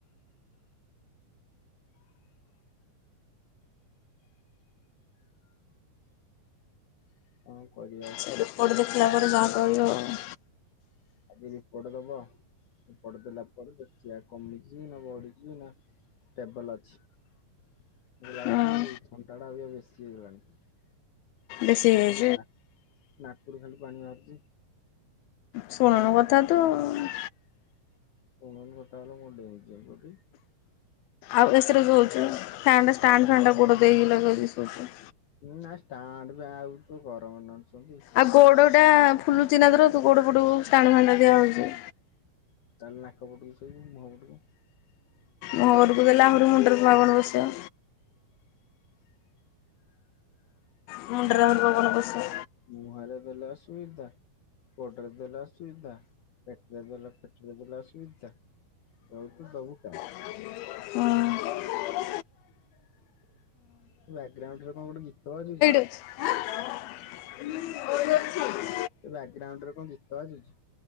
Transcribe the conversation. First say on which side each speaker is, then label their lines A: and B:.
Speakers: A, on the left; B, on the left.
A: କଣ କରିବା ଆଉ
B: ସେ ରିପୋର୍ଟ ଦେଖିଲା ପରେ ଯାହା କହିବ ଆଉ।
A: ଆଜି ରିପୋର୍ଟ ଦବ ରିପୋର୍ଟ ଦେଲା ପରେ ଦେଖିବା କମିଛି ନା ବଢିଛି ନା ଷ୍ଟେବଲ ଅଛି ମତେ ଲାଗୁଛି
B: ହଁ
A: ଥଣ୍ଡା ଟା ଅବିକା ବେଶୀ ହେଇଗଲାଣି।
B: ବେସି ହେଇଯାଇଛ
A: ନା ନାକରୁ ଖାଲି ପାଣି ବାହାରୁଛି।
B: ଶୁଣନ କଥା ତ ଆଉ।
A: ସୁଣୁନୁ କଥା ଓରା ମୋର ଡେଉଁଚି ଓକେ।
B: ଆଉ ଏସିରେ ରହୁଛ ଫ୍ୟାନ ଟା ଷ୍ଟାଣ୍ଡ
A: ହୁଁ
B: ଫ୍ୟାନ ଟା
A: ହୁଁ।
B: ଗୋଡ ଦେଇକି ଲଗେଇକି ସୋଉଚ।
A: ନା ଷ୍ଟାଣ୍ଡ ଫ୍ୟା ଆଉ କଣ ଗରମ ନହନେ ସୁଅନ୍ତି।
B: ଆଉ ଗୋଡଟା ଫୁଲୁଚିନା ତୋର। ତୁ ଗୋଡ ପଟୁ ଷ୍ଟାଣ୍ଡ ଫ୍ୟାନଟା ଦିଆହଉଚି।
A: ତା ହେଲେ ନାକ ପଟକୁ ଶୋଇବୁ ମୁହଁ ପଟକୁ।
B: ମୁଁ ଘରକୁ ଗଲେ ଆହୁରି ମୁଣ୍ଡରେ ପୁଣି ଆଉକଣ ପସେ। ମୁଣ୍ଡରେ ଆହୁରି କଣ କଣ ପସେ?
A: ମୁଁହରେ ଦେଲେ ଅସୁବିଦା। ଗୋଡରେ ଦେଲେ ଅସୁବିଦା। ପେଟରେ ଦେଲେ ପାଟିରେ ଅସୁବିଦା। ଦଉଚୁ ତ ଦବୁ କଣ?
B: ଉଁ।
A: ବ୍ୟାଗ୍ରାଉଣ୍ଡରେ କଣ ଗୋଟେ ଗୀତ ବାଜୁଚି?
B: <inaudible>
A: ତୋ ବ୍ୟାଗ୍ରାଉଣ୍ଡରେ କଣ ଗୀତ ବାଜୁଛି?